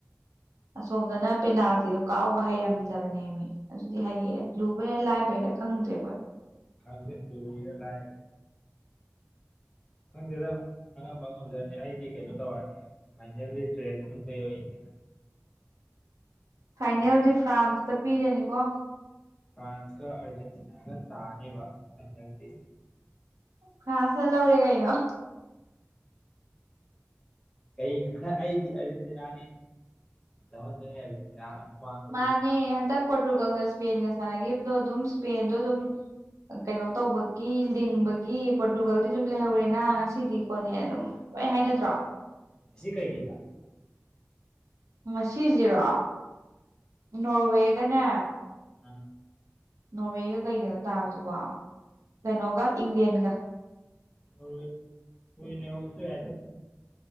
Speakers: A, on the right; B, on the left.
A: ꯑꯁꯣꯝꯗꯅ ꯄꯦꯅꯥꯁꯤꯗ ꯀꯥꯎꯕ ꯍꯩꯔꯝꯗꯕꯅꯦꯃꯤ ꯑꯗꯨꯗꯤ ꯍꯩꯌꯦꯔ ꯂꯨꯕꯩꯔꯥ ꯂꯥꯏꯕꯩꯔꯥ ꯈꯪꯗ꯭ꯔꯦ ꯍꯣꯏ
B: ꯈꯥꯡ ꯇ ꯌꯥꯥꯏ ꯈꯪꯖꯦꯔꯥ ꯑꯉꯝꯕ ꯉꯝꯖꯔꯅꯤ ꯑꯩꯗꯤ ꯀꯩꯅꯣ ꯇꯧꯔꯅꯤ ꯐꯥꯏꯅꯦꯜꯂꯤ ꯇ꯭ꯔꯦꯟ ꯃꯅꯨꯡꯗꯩ ꯑꯣꯏꯌꯦ
A: ꯐꯥꯏꯅꯦꯜꯗꯤꯦ
B: ꯑꯩ
A: ꯐ꯭ꯔꯥꯟꯁꯇ ꯄꯤꯔꯅꯤꯀꯣ
B: ꯐ꯭ꯔꯥꯟꯁ ꯀ ꯑꯔꯖꯦꯟꯇꯤꯅꯥꯒ ꯇꯥꯅꯦꯕ ꯑꯗꯤ
A: ꯐ꯭ꯔꯥꯟꯁ ꯂꯧꯔꯦ ꯀꯥꯏꯩꯅꯣ
B: ꯀꯩ ꯑꯩꯗꯤꯔ ꯉ ꯂꯩ ꯔꯠ ꯑꯃꯃꯥꯡ
A: ꯃꯥꯅꯦ ꯍꯟꯗꯛ ꯄꯣꯔꯇꯨꯒꯜꯒ ꯏꯁꯄꯦꯟꯒ ꯁꯥꯟꯅꯈꯤꯕꯗꯣ ꯑꯗꯨꯝ ꯏꯁꯄꯦꯟꯗꯣ ꯑꯗꯨꯝ ꯀꯩꯅꯣ ꯇꯧꯕꯒꯤ ꯂꯤꯡꯕꯒꯤ ꯄꯣꯔꯇꯨꯒꯜꯗꯤ ꯑꯗꯨꯝ ꯂꯩꯍꯧꯔꯦꯅ ꯉꯁꯤꯗꯤꯀꯣꯠꯅꯦ ꯑꯗꯨꯝ ꯍꯣꯏ ꯍꯥꯏꯅꯗ꯭ꯔꯣ
B: ꯃꯁꯤ ꯀꯩ ꯀꯩ ꯇ
A: ꯉꯁꯤꯁꯤꯔꯣ ꯅꯣꯔꯋꯦꯒꯅꯦ
B: ꯎ
A: ꯅꯣꯔꯋꯦꯒ ꯀꯩꯒꯅꯣ ꯇꯥꯕꯗꯨꯕ ꯀꯩꯅꯣꯒ ꯏꯪꯂꯦꯟꯒ
B: ꯑ ꯂꯦꯋꯥꯁꯨ ꯌꯥꯏꯗ